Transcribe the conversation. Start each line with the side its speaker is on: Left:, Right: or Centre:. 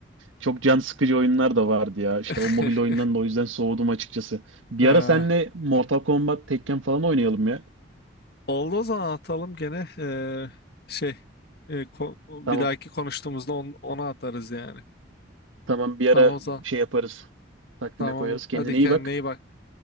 Right: Çok can sıkıcı oyunlar da vardı ya. İşte
Left: <laughs>
Right: o mobil oyundan da o yüzden soğudum açıkçası. Bir
Left: Ee,
Right: ara seninle Mortal Kombat, Tekken falan oynayalım ya.
Left: Oldu o zaman atalım gene eee, şey eee, ko-
Right: Tamam.
Left: bir dahaki konuştuğumuzda on- onu atarız yani.
Right: Tamam bir
Left: Tamam
Right: ara
Left: o zaman.
Right: şey yaparız. Takvime
Left: Tamam.
Right: koyarız. Kendine
Left: Hadi kendine
Right: iyi bak.
Left: iyi bak.